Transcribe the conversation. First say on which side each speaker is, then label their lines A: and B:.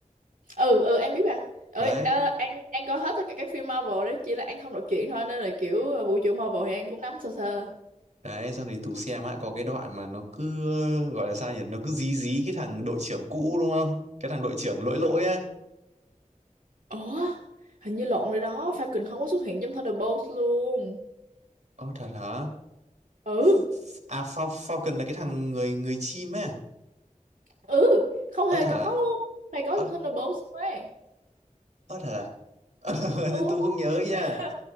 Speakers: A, on the right; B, on the right.
A: ừ, ừ em biết mà ừ,
B: đấy
A: ờ, An An coi hết tất cả các phim Marvel đấy chỉ là An không đọc truyện thôi nên là kiểu ờ, vũ trụ Marvel thì An cũng nắm sơ sơ
B: đấy xong thì Tú xem á có cái đoạn mà nó cứ gọi là sao nhỉ nó cứ dí dí cái thằng đội trưởng cũ đúng không cái thằng đội trưởng lỗi lỗi á
A: ủa hình như lộn rồi đó Falcon không có xuất hiện trong Thunderbolts luôn
B: ơ thật hả
A: ừ
B: F- à Fal Falcon là cái thằng người người chim á
A: ừ không
B: ơ
A: hề
B: thật
A: có
B: à
A: luôn hề có
B: ơ
A: trong Thunderbolts ấy
B: ơ thật à <laughs>
A: ừ
B: Thế Tú không nhớ nha
A: <laughs>